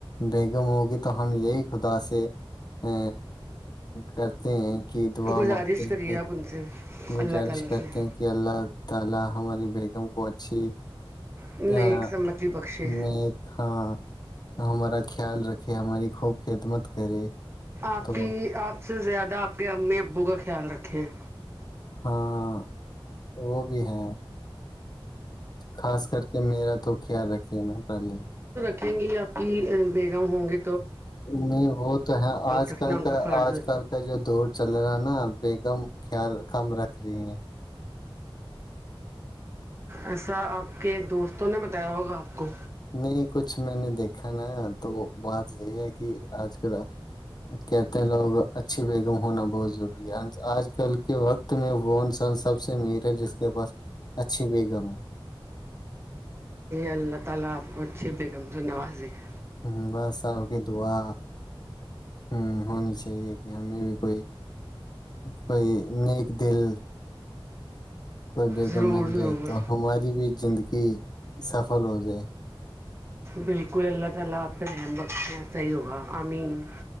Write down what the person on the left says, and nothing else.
بیگم ہوگی تو ہم یہی خدا سے ا کرتے ہیں کہ دعا
مانگتے ہیں
کہ
گزارش
کرتے
ہیں کہ اللہ تعالی اللہ ہماری بیگم کو اچھی
ا
مھاں ہمارا خیال رکھے ہماری خوب خدمت کرے
تو
ہاں وہ بھی ہے خاص کر کے میرا تو خیال رکھے ے نا پہلے
نہیں وہ تو ہے آج
کل
کا
آج
کل کا جو دور چل رہا ہے نا بیگم خیال کم رکھ رہی ہیں
نہیں کچھ میں نے دیکھا نا تو بات یہی ہے کہ آج کل کہتے ہیں لوگ اچھی بیگم ہونا بہت ضروری ہے آج کل کے وقت میں وہ انسان سب سے امیر ہے جس کے پاس اچھیھی بیگم ہے
ہ بس آپ کی دعا ہ ہونی چاہیے کہ ہمیں بھی کوئی کوئی نیک دل کوئی بیگم
مل جائے
تو ہماری بھی زندگی سفل ہو جائے